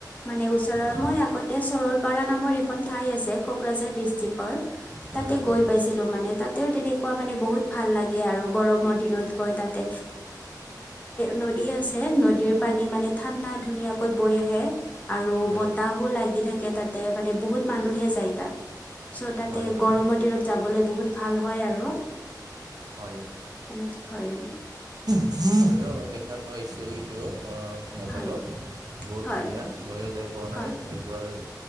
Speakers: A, on the left; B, on the right.
A: মানে ওচৰৰ
B: হয়
A: মই আগতে চৰলপাৰা নামৰ এখন ঠাই আছে কোকৰাঝাৰ ডিষ্ট্ৰিকটৰ
B: হয়
A: তাতে
B: হয়
A: গৈ পাইছিলো মানে, তাতেও তেনেকুৱা মানে, বহুত ভাল লাগে আৰু গৰমৰ দিনত গৈ তাতে ন আছে নদীৰ পানী মানে, ঠাণ্ডা ধুনীয়াকৈ বৈ আহে আৰু
B: হয়
A: বতাহো লাগি থাকে তাতে মানে বহুত মানুহে যায় তাত চ' তাতে
B: হয় হয়
A: গৰমৰ দিনত যাবলৈ বহুত ভাল হয়, আৰু
B: হয়
A: এ, হয়।
B: ময়ো দেখা পাইছো এইটো মোবাইলত
A: হয়
B: বহুত
A: হয়
B: ধুনীয়া ময়ো যাই পোৱা
A: হয়
B: নাই একবাৰ